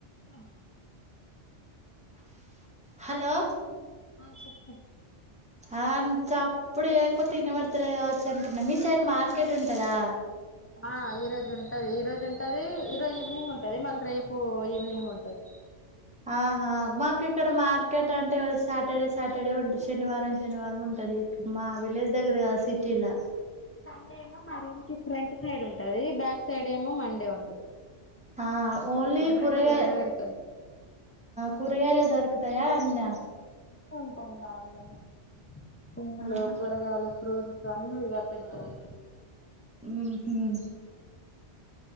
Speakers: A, on the left; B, in the centre.
A: అ <unintelligible>
B: hello
A: ఆ చెప్పు
B: ఆ చప్పుడు చేయకపోతే ఇనబడుతలేదు కావచ్చు అంటున్న మీ సైడ్ మార్కెట్ ఉంటదా
A: ఆ ఈ రోజు ఉంటది ఈ రోజు ఉంటది ఈరోజు ఈవినింగ్ ఉంటది మళ్ళీ రేపు ఈవినింగ్ ఉంటది
B: ఆహా మార్కెట్ ఇక్కడ మార్కెట్ అంటే సాటర్డే సాటర్డే ఉంటది, శనివారం శనివారం ఉంటాది మా విలేజ్ దగ్గర కాదు సిటీలొ
A: సండే ఏమో మా రూమ్ కి ఫ్రంట్ సైడ్ ఉంటది బ్యాక్ సైడ్ ఏమో మండే ఉంటది
B: ఆ ఓన్లీ కూరగ
A: రెండు వేరు వేరు గల్లీలు
B: కూరగాయాల దొ దయా అన్న
A: తెమంట వాళ్ళనే పూలు
B: ఆహా
A: కూరగాయలు ప్రూట్స్ అన్ని గప్పేడతారు
B: ఉ హ్మ్